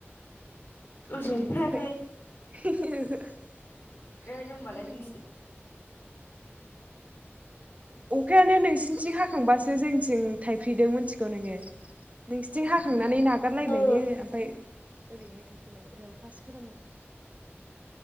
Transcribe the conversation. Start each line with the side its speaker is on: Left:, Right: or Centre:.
Left: <unintelligible>
Right: ओरै नुवाखै <unintelligible>
Left: एद होनबालाय
Right: ओरै
Left: नोंसि
Right: नुवाखै अखायानो नोंसिनिथिं हाखांबासो जोंनिथिं थाइफ्रिदों मिथिगौ नोङो। नोंसिनिथिं हाखांनानै नागारलायबायनो
Left: औ
Right: ओमफाय ओरैहाय थाइफ्रिबाय एलाय अखासो खोरोमदों।